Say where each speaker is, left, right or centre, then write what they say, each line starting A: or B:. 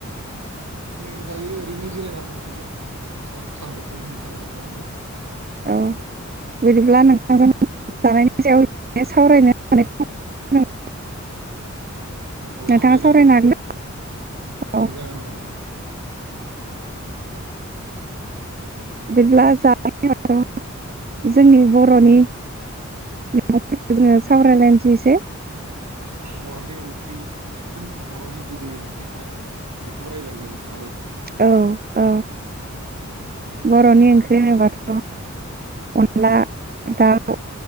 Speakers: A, on the right (about 65°); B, on the right (about 30°).
A: आं नै दायो ओरैनो जिरायनानै दंथ'यो ओंखाम सानजौफुनि ओंखाम जाखांनानै।
B: औ बिदिब्ला नोंथांजों जानायनि सायाव सावरायनो <unintelligible>
A: औ
B: नोंथाङा
A: सावराय जायो
B: सावरायनो
A: दे
B: हागोन
A: औ
B: ना? औ
A: जागोन जागोन दे
B: बिदिब्ला जानायाथ' जोंनि बर'नि जोङो सावरायलायनोसै एसे।
A: औ बर'नि ओंख्रि मैखोम बर'नि गुबै ओंख्रिफ्रा बेखौ रायज्लाय जायो।
B: औ औ
A: औ
B: बर'नि ओंख्रि होनोबाथ' अनला दाउ